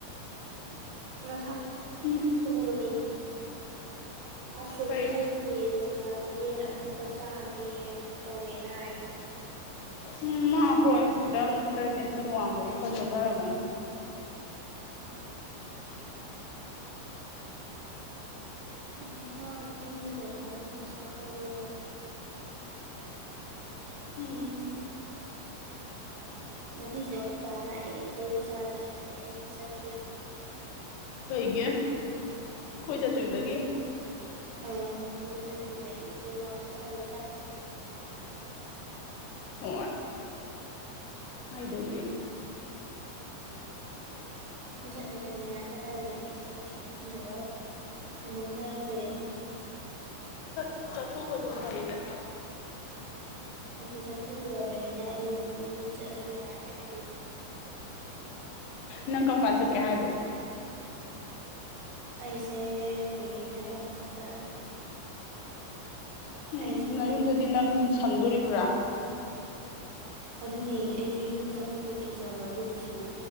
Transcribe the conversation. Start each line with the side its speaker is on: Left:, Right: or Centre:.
Right: ꯃꯁꯥ <inaudible>
Left: ꯎꯝ
Right: ꯄꯨꯔꯥ ꯆꯣꯛꯊꯩꯌꯦꯌꯦ
Left: ꯀꯩ
Right: ꯗꯨ ꯍꯣꯏ ꯌꯦꯟ ꯑꯐꯨꯠꯄ ꯆꯥꯒꯦꯅ ꯇꯧꯋꯦꯅ ꯍꯥꯏ
Left: ꯎꯝ ꯃꯥ ꯍꯣꯏ ꯈꯤꯇꯪ ꯍꯟꯗꯛ ꯇꯦꯟꯁꯟꯗꯣ ꯋꯥꯡꯕꯅꯤꯅ ꯈꯔ ꯆꯣꯟꯊꯔꯝꯃꯅꯤ ꯁꯥ
Right: ꯑꯗꯨ ꯆꯥꯎ ꯅꯌꯨꯝꯗ ꯂꯩ ꯀꯥꯟꯗꯨꯗ ꯆꯥꯍꯧꯋꯣ
Left: ꯎꯝ
Right: ꯉꯁꯤꯁꯦ ꯑꯈꯣꯏ ꯕꯥꯅ ꯑꯩ ꯂꯧꯕ ꯆꯪꯉꯛꯀꯦ ꯍꯥꯏ ꯑꯩ ꯆꯠꯇ꯭ꯔꯤ
Left: ꯀꯩꯒꯤ ꯈꯣꯏ ꯆꯠꯇꯨꯏꯕꯒꯤ
Right: ꯑ ꯀꯣꯏꯕ ꯆꯠꯇꯨꯏꯕꯒꯤ ꯑꯩ ꯋꯥꯈꯜꯁꯦ ꯂꯩꯇꯥꯥꯗ꯭ꯔꯦ
Left: ꯍꯣꯏ ꯀꯥꯏꯗꯒꯤ
Right: ꯁꯨꯝ ꯆꯠꯅꯤ ꯆꯠꯅꯤ ꯍꯥꯏꯔ ꯆꯠꯇꯅ ꯂꯩꯕꯩ ꯏꯁꯥꯗ ꯁꯨꯝ ꯐꯨꯝꯖꯜꯂꯒ ꯐꯨꯝꯕꯪꯅꯔꯒ ꯂꯩꯌꯦ
Left: ꯆꯠ ꯆꯠꯊꯣꯛꯄꯗꯨꯅ ꯐꯩꯗꯥ
Right: ꯍꯧꯖꯤꯛ ꯆꯠꯊꯣꯛꯎꯔꯕꯅꯤꯅ ꯑꯩꯩꯅ ꯍꯧꯖꯤꯛ ꯌꯨꯝ ꯆꯠꯂꯁꯨ ꯌꯥꯔꯦ ꯈꯜꯂꯦ
Left: ꯅꯪ ꯀꯝ ꯀꯥꯟ ꯆꯠꯀꯦ ꯍꯥꯏꯕ
Right: ꯑꯩꯁꯦ ꯍꯌꯦꯡ ꯅꯠꯇ꯭ꯔ ꯍꯪꯆꯤꯠ ꯆꯠꯂꯅꯤ
Left: ꯎꯝ
Right: ꯑꯩꯁꯦ
Left: ꯅꯌꯨꯝꯗꯗꯤ
Right: ꯈꯪꯗꯦ
Left: ꯅꯪ ꯁꯪꯗꯣꯔꯤꯕ꯭ꯔꯥ
Right: ꯑꯗꯨꯅꯦ ꯑꯩꯁꯨ ꯌꯨꯝ ꯆꯠꯄꯗꯣ ꯀꯤꯖꯕ ꯑꯗꯨꯒꯤꯁꯨ